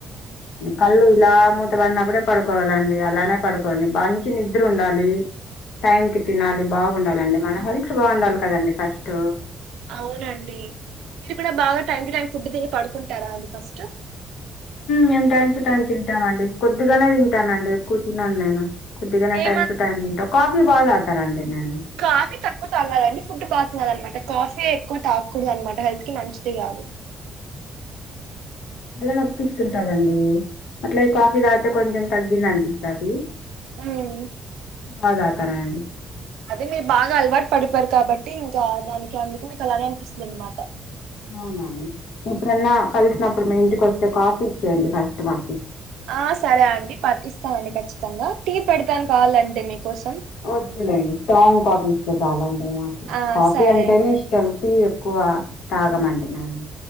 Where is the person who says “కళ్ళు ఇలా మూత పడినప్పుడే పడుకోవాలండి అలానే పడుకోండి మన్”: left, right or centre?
Left